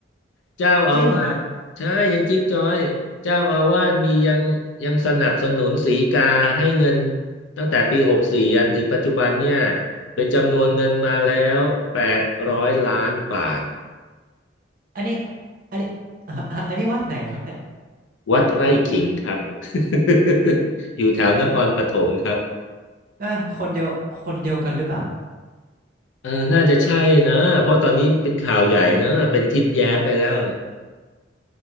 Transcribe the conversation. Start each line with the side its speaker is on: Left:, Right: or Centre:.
Left: เจ้าอาวาสใช่ยังจิ๊บจ้อยเจ้าอาวาสมียังยังสนับสนุนสีกาให้เงิน
Right: จริงเหรอครับ
Left: ตั้งแต่ปีหกสี่ยันถึงปัจจุบันเนี่ยเป็นจำนวนเงินมาแล้วแปดร้อยล้านบาท
Right: อันนี้อันนี้อ่ะอ่ะอันนี้วัดไหนครับเนี่ย
Left: วัดไร่ขิงครับ <laughs> อยู่แถวนครปฐมครับ
Right: เออคนเดียวคนเดียวกันหรือเปล่า
Left: เออน่าจะใช่นะเพราะตอนนี้เป็นข่าวใหญ่นะเป็นทิดแย้มไปแล้ว